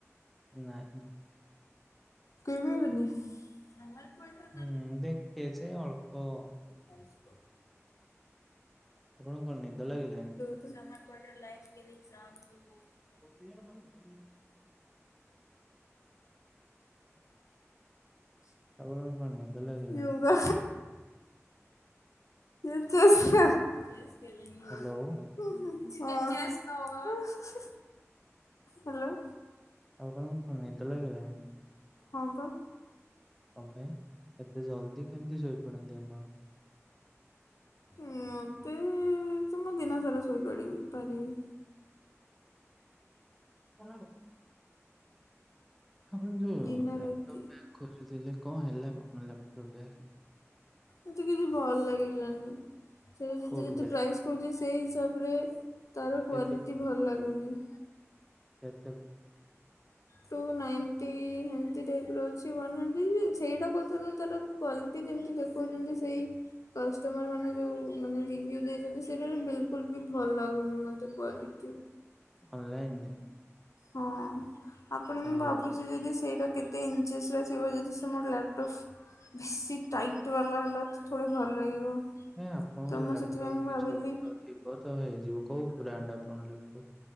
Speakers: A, in the centre; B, on the left.
A: ନାଇଁ।
B: କହିବ ବେନି। ସମମଲପଟ
A: ହୁଁ ଦେଖେଯେ ଅଳ୍ପ।
B: ଆାଇସ୍
A: ଆପଣଙ୍କୁ କଣ ନିଦ ଲାଗିଲାଣି।
B: <unintelligible>
A: ତ ପିନ ଆପଣଙ୍କୁ କଣ ନିଦ ଲାଗିଲାଣି?
B: ଯୋଗା <unintelligible>
A: ହ୍ୟାଲୋ
B: ହାଲୋ।
A: ଆଉ ଆପଣଙ୍କୁ କଣ ନିଦ ଲାଗିଲାଣି।
B: ହଁ ବା।
A: କଣ ପାଇଁ ଏତେ ଜଲଦି କେମିତି ଶୋଇପଡନ୍ତି ଆପଣ।
B: ମତେ ତ ମୁଁ ଦିନ ସାରା ଶୋଇପଡିବି ପାରିବି।
A: କର ଆପଣ ଯୋଉ
B: ଦିନ
A: ଲାପଟପ୍
B: ରାତି
A: ବା ଖୋଜୁଥିଲେ କଣ ହେଲା କଣ ହେଲା କଁ ଲାପଟପ
B: ମତେ କିଛି ଭଲ ଲାଗିଲାନି ସେ ଯ
A: କୋଉଠୁ
B: ଯଦି
A: ବ୍ୟାଗ୍
B: ପ୍ରାଇସ୍ କହୁଜି ସେଇ ହିସାବରେ ତାର
A: କେତେ
B: କ୍ଵାଲିଟି ଭଲ ଲାଗୁନି।
A: କେତେ
B: ଟୁ ନାଇଣ୍ଟି ହେମିତି ଟାଇପ୍ର ଅଛି ୱାନ୍ ହାଣ୍ଡ୍ରେଡ଼ ସେଇଟା କଥା ନୁହଁ ତାର କ୍ଵାଲିଟି ଯେମିତି ଦେଖଉଛନ୍ତି ସେଇ କଷ୍ଟମର ମାନେ ଯୋଉ ମାନେ ରିଭିଓ ଦେଇଛନ୍ତି ସେଟାରେ ବିଲକୁଲ ବି ଭଲ ଲାଗୁନି ମତେ କ୍ୱଲିଟି।
A: ଅନଲାଇନରେ।
B: ହଁ ଆପଣ ମୁଁ
A: ଆଉ
B: ଭାବୁ ଯଦି ସେଇଟା କେତେ ଇଚେସ ଥିବ ଯଦି ସେ ମୋର ଲାପଟପ୍। ବେଶୀ ଟାଇଟ୍ ବାଲା ହେଲା ତ ଥୋଡ଼ ଭଲ ଲାଗିବ।
A: ନାଇ ଆପଣଙ୍କ
B: ତ ମୁଁ
A: ଲାପଟପ୍
B: ସେଥିପାଇଁ ମୁଁ
A: ଟିକେ
B: ଭାବିଲି
A: ଛୋଟ ଥିବ ତ ହେଇଯିବ କୋଉ ବ୍ରାଣ୍ଡ ଆପଣଙ୍କ ଲାପଟପ୍?